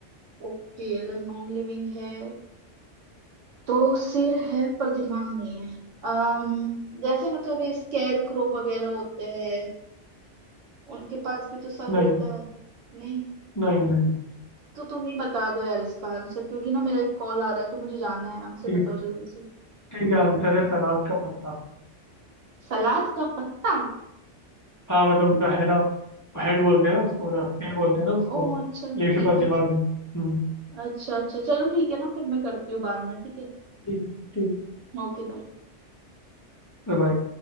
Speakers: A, on the right; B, on the left.
A: ओके अगर नॉन लिविंग है तो सिर है पर दिमाग नहीं है अम्म जैसे मतलब ये स्केयर क्रो वगैरह होते हैं उनके पास भी तो सर
B: नहीं
A: होता है नहीं
B: नहीं नहीं
A: तो तुम ही बता दो यार इसका आंसर क्योंकि ना मेरा एक कॉल आ रहा है तो मुझे जाना है आंसर
B: ठीक
A: बताओ जल्दी से
B: ठीक है आंसर है सलाद का पत्ता
A: सलाद का पत्ता
B: हाँ मतलब उसका है ना हेड बोलते हैं ना उसको ना सिर बोलते हैं ना उसको
A: ओ
B: लेकिन
A: अच्छा
B: उसके
A: ठीक
B: पास दिमाग
A: है
B: नहीं। हम्म
A: अच्छा अच्छा चलो ठीक है ना फिर मैं करती हूँ बाद में ठीक है
B: ठीक है ठीक
A: Okay bye
B: है बाय